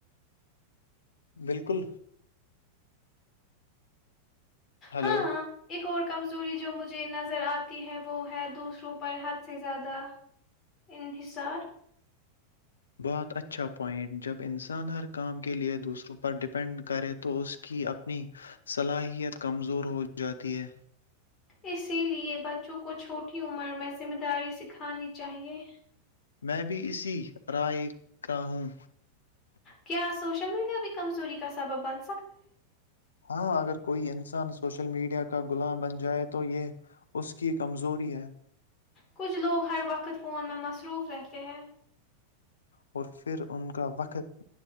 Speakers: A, on the left; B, on the left.
A: بالکل ہلو
B: ہاں ہاں ایک اور کمزوری جو مجھے نظر آتی ہے وہ ہے دوسروں پر حد سے زیادہ انحصار
A: بہت اچھا پوائنٹ جب انسان ہر کام کے لئے دوسروں پر ڈپینڈ کرے تو اس کی اپنی صلاحیت کمزور ہو جاتی ہے
B: اسی لیے بچوں کو چھوٹی عمر میں ذمہ داری سکھانی چاہیئے
A: میں بھی اسی رائے کا ہوں
B: کیا سوشل میڈیا بھی کمزوری کا سبب بند
A: ہاں اگر کوئی انسان اس سوشل میڈیا کا گغلام بن جائے تو یہ اس کی کمزوری ہے
B: کچھ لوگ ہر وقت فون میں مصروف رہتے ہیں
A: اور پھر ان کا وقت